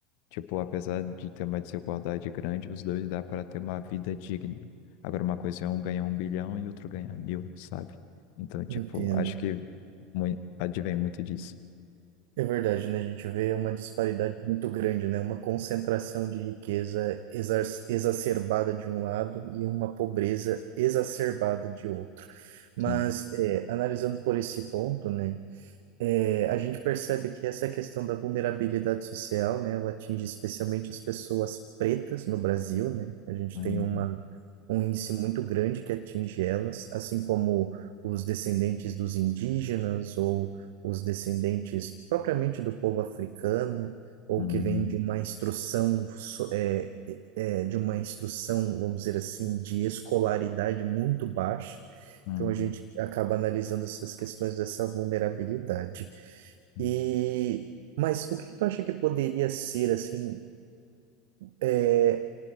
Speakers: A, on the left; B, on the right.
A: tipo, apesar de ter uma desigualdade grande, os dois dá para ter uma vida digna. Agora, uma coisa é um ganhar um bilhão e outro ganhar mil, sabe? Então, tipo,
B: Entendo.
A: acho que mui- advém muito disso.
B: É verdade, né? A gente vê uma disparidade muito grande, né? Uma concentração de riqueza exar- exacerbada de um lado e uma pobreza exacerbada de outro. Mas,
A: Sim.
B: é, analisando por esse ponto, né? É, a gente percebe que essa questão da vulnerabilidade social, né, ela atinge especialmente as pessoas pretas no Brasil, né? A gente
A: Hum,
B: tem uma, um índice muito grande que atinge elas, assim como os descendentes dos indígenas ou os descendentes propriamente do povo africano, ou
A: hum,
B: que vem de uma instrução, so- é, é, é, de uma instrução, vamos dizer assim, de escolaridade muito baixa.
A: hum,
B: Então a gente acaba analisando essas questões dessa vulnerabilidade.
A: hum.
B: E mas o que que tu acha que poderia ser assim, é,